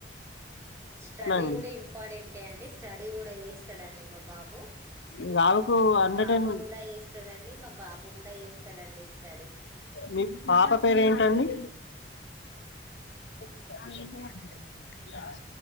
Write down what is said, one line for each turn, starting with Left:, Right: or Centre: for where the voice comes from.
Right: స్టడీ
Left: అండి
Right: కూడా ఇంపార్టెంటే అండి స్టడీ కూడా ఏస్తాడండీ న బాబు
Left: మీ బావకు
Right: మా
Left: అండర్
Right: పాప
Left: టెన్
Right: కూడా వేస్తాదండి మా బాబు కూడా ఏస్తాడు <unintelligible> స్టడీ
Left: మీ పాప పేరేంటండి అ